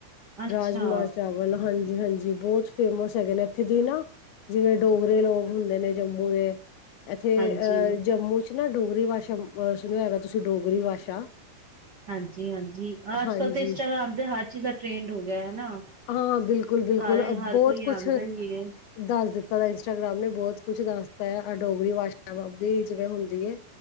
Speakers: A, on the right (about 70°); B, on the left (about 80°).
A: ਅੱਛਾ
B: ਰਾਜਮਾਂ-ਚਾਵਲ, ਹਾਂਜੀ-ਹਾਂਜੀ ਬਹੁਤ ਫੇਮਸ ਹੈਗੇ ਨੇ ਇੱਥੇ ਦੀ ਨਾ ਜਿਵੇਂ ਡੋਗਰੇ ਲੋਕ ਹੁੰਦੇ ਨੇ ਜੰਮੂ ਦੇ ਇੱਥੇ
A: ਹਾਂਜੀ।
B: ਅਹ ਜੰਮੂ ਚ ਨਾ ਡੋਗਰੀ ਭਾਸ਼ਾ ਅਹ ਸੁਣਿਆ ਹੋਏਗਾ ਤੁਸੀਂ ਡੋਗਰੀ ਭਾਸ਼ਾ
A: ਹਾਂਜੀ -ਹਾਂਜੀ ਅੱਜ
B: ਹਾਂਜੀ
A: ਕਲ ਤੇ ਇੰਸਟਾਗ੍ਰਾਮ ਤੇ ਹਰ ਚੀਜ਼ ਦਾ ਟ੍ਰੇਂਡ ਹੋ ਗਿਆ ਹੈਨਾ।
B: ਹਾਂ ਬਿਲਕੁਲ-ਬਿਲਕੁਲ
A: ਸਾਰੇ ਹਰ
B: ਬਹੁਤ
A: ਕੋਈ
B: ਕੁਛ
A: ਆਔਦਾ ਈ ਏ
B: ਦੱਸ ਦਿੱਤਾ ਇੰਸਟਾਗ੍ਰਾਮ ਨੇ ਬਹੁਤ ਕੁਛ ਦੱਸਤਾ ਐ ਏ ਡੋਗਰੀ ਭਾਸ਼ਾ ਵੀ ਜਿਵੇਂ ਹੁੰਦੀ ਏ।